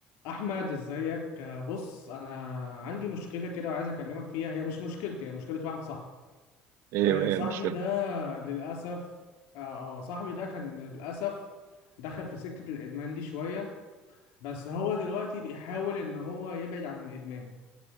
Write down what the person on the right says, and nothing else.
ايه
ايه
المشكلة؟